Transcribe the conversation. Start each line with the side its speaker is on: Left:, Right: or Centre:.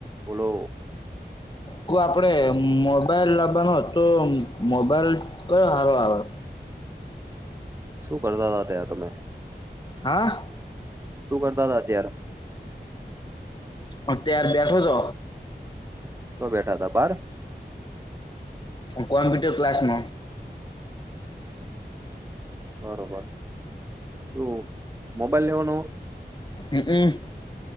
Right: બોલો
Left: કો આપડે મોબાઈલ લાવવાનો તો મોબાઈલ કયો હારો આવે?
Right: શું કરતા હતા ત તમે?
Left: હા.
Right: શું કરતા હતા અત્યારે?
Left: અત્ય્યારે બેઠો છ.
Right: શો બેઠા હતા બાર?
Left: કોમ્પ્યુટર ક્લાસ ન.
Right: હ બરોબર શું મોબાઈલ લેવાનો?
Left: હ હમ.